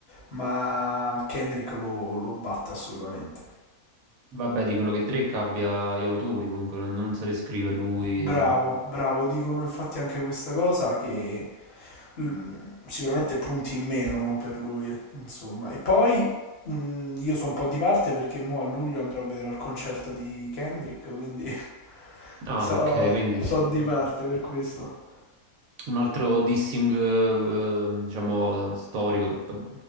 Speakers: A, on the left; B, on the right.
A: ma Kendrick lo, lo batte assolutamente.
B: Vabbè, dicono che Drake abbia gli autori, comunque non, non se le scrive lui.
A: Bravo, bravo, dicono infatti anche questa cosa che mm, sicuramente punti in meno per lui, eh, insomma. E poi mm, io sono un po' di parte perché mo a luglio andrò a vedere al concerto di Kendrick, quindi <laughs>
B: Ah,
A: so,
B: ok, quindi...
A: so di parte per questo.
B: Un altro dissing, eh, eh, diciamo, storico, che poi